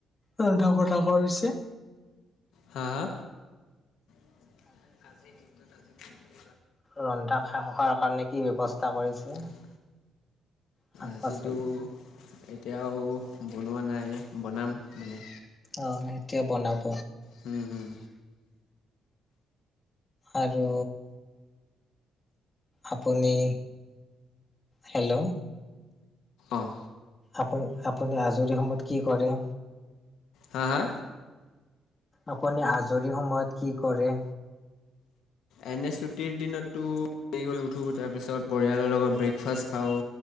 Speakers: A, on the left; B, on the left.
A: ৰন্ধা বটা কৰিছে?
B: হা হা? <inaudible> আজিৰ দিনটোত আজি <unintelligible> কাৰণে কি
A: ৰন্ধা খোৱাৰ কাৰণে কি
B: ব্যৱস্থা
A: কৰিছে
B: কৰি
A: শাক
B: আজিতো
A: পাচলি
B: এতিয়াও বনোৱা নাই বনাম মানে।
A: অ', এতিয়া বনাব।
B: হুম হুম।
A: আৰু আপুনি হেল্ল'?
B: অঁ
A: আপুনি আপুনি আজৰি সময়ত কি কৰে?
B: হা হা?
A: আপুনি আজৰি সময়ত কি কৰে?
B: এনে ছুটিৰ দিনতো হেৰি কৰি উঠো তাৰপিছত পৰিয়ালৰ লগত ব্ৰেকফাষ্ট খাওঁ